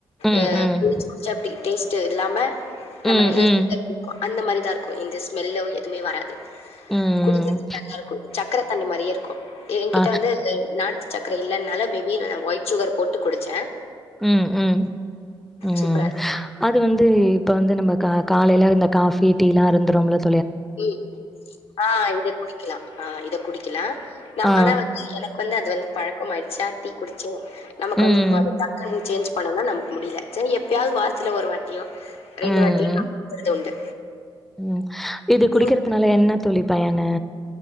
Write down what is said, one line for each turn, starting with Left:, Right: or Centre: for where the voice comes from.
Centre: ம்,
Left: அ <unintelligible>
Centre: ம்.
Left: டேஸ் ட்டு இல்லாம நம்ம
Centre: ம்,
Left: ஹெல்த்து
Centre: ம்.
Left: <inaudible> அந்த மாரிதார்க் இந்த ஸ்மெல்லோ எதுமே வராது
Centre: ம்.
Left: குடிக்கறத்துக்கு நல்லாருக்கு சக்கர தண்ணி மாரியேர் கொ என்கிட்ட
Centre: அ.
Left: வந்து எலெய் நாட்டு சக்ர இல்லனால மேபி நா வய்ட் ஷுகர் போட்டு குடிச்ச
Centre: ம் ம் ம்
Left: சூப்பரா
Centre: அது வந்து இப்ப வந்து நம்ம கா காலைய்ல இந்த காஃபி டீலா ருந்துருங்கத்
Left: உம் ஆ இத குடிக்கிலா ஆ இத குடிக்கிலா நம்
Centre: ஆ.
Left: ஆனா வந் எனக் வந்து அது வந்து பழ ஓ மல்ச்சாட்டி குடிச்சு நமக்கு
Centre: ம்.
Left: வந்து இப் அது டக்குன் சேஞ்ச் பன்னன நமக் முடில ச்சன் எப்யாவ்து வாரத்தத்துல ஒரு வாட்டியோ
Centre: ம்,
Left: ரெண்டு வாட்டி
Centre: ம்.
Left: ஆ குறுது உண்டு
Centre: ம் இது குடிக்கறத்துனால
Left: நீங்க
Centre: என்ன தோழி பயன